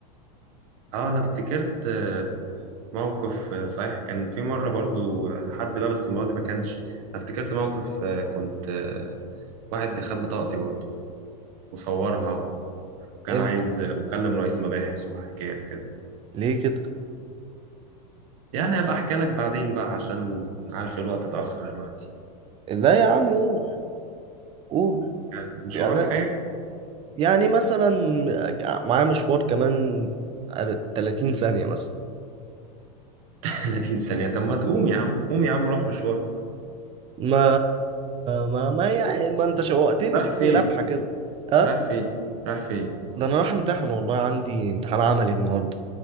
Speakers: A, on the right; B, on the right.
A: اه انا افتكرت آه، موقف آه، صحيح كان في مرة برضو آه، حد لبس المرة دي ما كانش انا افتكرت موقف آه، كنت آه، واحد خد بطاقتي برضو وصورها وكان
B: امتى
A: عايز آه، يكلم رئيس مباحث وحكايات كده
B: ليه كده
A: يعني هبقى احكي لك بعدين بقى عشان عارف الوقت اتأخر دلوقتي
B: لا يا عم قول قول
A: يعني مش
B: يعني
A: وراك حاجة
B: يعني مثلا معايا مشوار كمان 30 ثانيه مثلا
A: <laughs> 30 ثانية طب ما تقوم يا عم قوم يا عم روح مشوارك
B: ما ما ما يعني ما انت شوقتني
A: رايح
B: اديني
A: فين
B: لمحه كده ها
A: رايح فين رايح فين
B: ده انا رايح امتحن والله عندي امتحان عملي النهارده